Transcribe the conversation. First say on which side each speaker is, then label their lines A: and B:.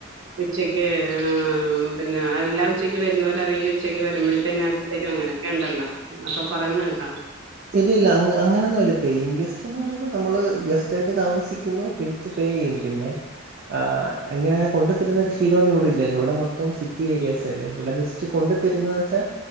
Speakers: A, on the right (about 70°); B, on the right (about 50°).
A: ഉച്ചയ്ക്ക് ആഹ് പിന്നെ എല്ലാ ഉച്ചക്ക് വരുന്നവരാണെങ്കിൽ ഉച്ചക്ക് വരുമ്പോഴത്തേനാക്കും തരും അങ്ങനെയൊക്കെ ഒണ്ടല്ലാ എന്നൊക്കെ പറയുന്ന കേക്കാ
B: ഇല്ലില്ല അങ്ങനൊന്നും ഇല്ല പെയിൻ ഗസ്റ്റ് എന്ന് പറയുമ്പോ നമ്മള് ഗസ് റ്റായിട്ട് താമസിക്കുന്നു <unintelligible> പേ ചെയ്യുന്നു പിന്നെ ആഹ് അങ്ങന കൊണ്ടു തരുന്നൊരു ശീലം ഒന്നും ഇവിടില്ലല്ലോ ഇവിടെ മൊത്തം സിറ്റി ഏരിയാസ് അല്ലേ ഇവിടെ ജസ് റ്റ് കൊണ്ടു തരുന്നന്ന് വെച്ചാ